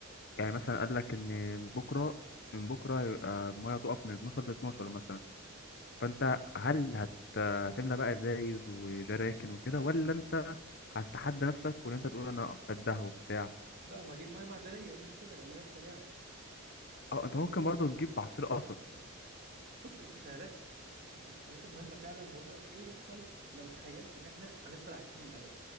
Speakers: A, on the left; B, on the right.
A: يعني مثلا قال لك إن بكرة من بكرة هيبقى المية تقف من 12 ل 12 مثلا فأنت هل هت... هتملى بقى ازايز وجراكن وكده ولا أنت هتتحدى نفسك وإن أنت تقول أنا قدها وبتاع؟
B: لا ما اجيب ميه معدنيه ايه المشكله إيه اللي هيحصل يعني
A: أه أنت ممكن برضه تجيب عصير قصب
B: بص التخيلات بص التخيلات المهمة فعلا هو ايه يحصل لو تخيلت ان احنا هنفضل عايشين للأبد